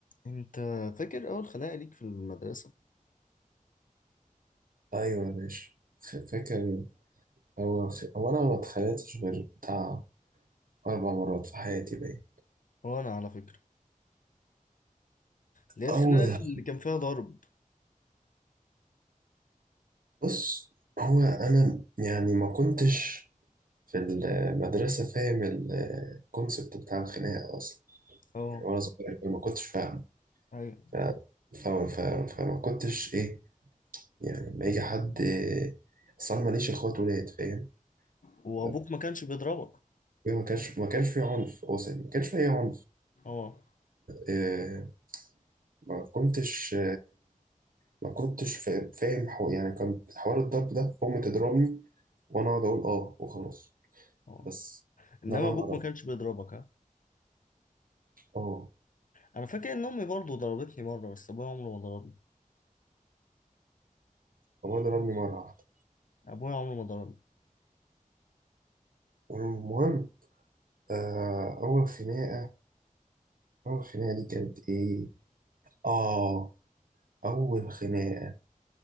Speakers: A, on the left; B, on the right.
A: انت فاكر اول خناقه ليك في المدرسه
B: ايوه يا باشا ف- فاكر اول في هو انا ما اتخانقتش غير بتاع اربع مرات في حياتي باين
A: وانا على فكره اللي هي الخناقه
B: اول
A: اللي كان فيها ضرب
B: بص هو انا يعني ما كنتش في المدرسه فاهم الكونسبت بتاع الخناقه اصلا
A: اه
B: يعني وانا صغير ما كنتش فاهم
A: ايوه
B: ف... ف... ف... فما كنتش ايه يعني لما يجي حد اصل انا ماليش اخوات ولاد فاهم
A: وابوك
B: ف-
A: ما كانش بيضربك
B: ما كانش ما كانش في عنف اصلا ما كانش في اي عنف
A: اه
B: آه، ما كنتش ما كنتش فا- فاهم حو... يعني كان حوار الضرب ده أمي تضربني وأنا أقعد أقول آه وخلاص
A: اه
B: بس
A: انما
B: ده اللي
A: ابوك
B: أنا أعرفه
A: ما كانش بيضربك ها
B: آه
A: انا فاكر ان امي برضه ضربتني مره بس ابويا عمره ما ضربني
B: أبويا ضربني مرة واحدة
A: ابويا عمره ما ضربني
B: والمهم آه أول خناقة أول خناقة دي كانت إيه؟ آه أول خناقة